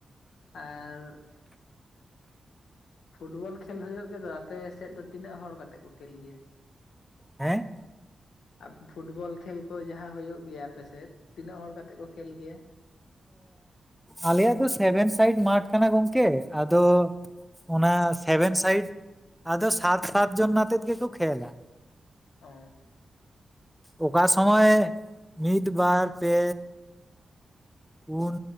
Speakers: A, on the left; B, in the centre.
A: ᱟᱨ ᱯᱷᱩᱴᱵᱚᱞ ᱠᱷᱮᱞ ᱦᱩᱭᱩᱜ ᱜᱮᱫᱚ ᱟᱯᱮ ᱥᱮᱫ ᱫᱚ ᱛᱤᱱᱟᱹᱜ ᱦᱚᱲ ᱠᱟᱛᱮᱫ ᱠᱚ ᱠᱷᱮᱞ ᱜᱮᱭᱟ?
B: ᱦᱮᱸ?
A: ᱟᱯ ᱯᱷᱩᱴᱵᱚᱞ ᱠᱷᱮᱞ ᱠᱚ ᱡᱟᱦᱟᱸ ᱦᱩᱭᱩᱜ ᱜᱮᱭᱟ ᱟᱯᱮᱥᱮᱫ ᱛᱤᱱᱟᱹᱜ ᱦᱚᱲ ᱠᱟᱛᱮᱜ ᱠᱚ ᱠᱷᱮᱞ ᱜᱮᱭᱟ?
B: ᱟᱞᱮᱭᱟᱜ ᱫᱚ ᱥᱮᱵᱷᱮᱱ ᱥᱟᱭᱤᱰ ᱢᱟᱴᱷ ᱠᱟᱱᱟ ᱜᱚᱝᱠᱮ ᱟᱫᱚᱼᱼ ᱚᱱᱟ ᱥᱮᱵᱷᱮᱱ ᱥᱟᱭᱤᱰ ᱟᱫᱚ ᱥᱟᱛ ᱥᱟᱛ ᱡᱚᱱ ᱟᱛᱮᱫ ᱜᱮᱠᱚ ᱠᱷᱮᱞᱟ᱾
A: ᱚ
B: ᱚᱠᱟ ᱥᱚᱢᱚᱭ ᱢᱤᱫ ᱵᱟᱨ ᱯᱮ ᱯᱩᱱ